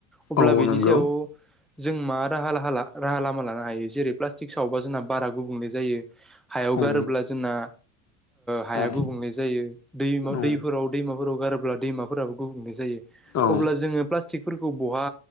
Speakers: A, in the centre; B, on the left (about 30°).
A: अब्ला
B: औ
A: बेनि
B: नंगौ
A: सायाव जों मा राहा राहा लामा लानो हायो जेरै प्लास्टिक सावबा जोंना बारा गुबुंले जायो हायाव गारोब्ला
B: औ
A: जोंना हाया
B: औ
A: गुबुंले जायो दैम
B: औ
A: दैफोराव दै <unintelligible> गारोब्ला दैमा फोराबो गुबुंले जायो
B: औ
A: अब्ला जोङो फ्लास्तिक फोरखौ बहा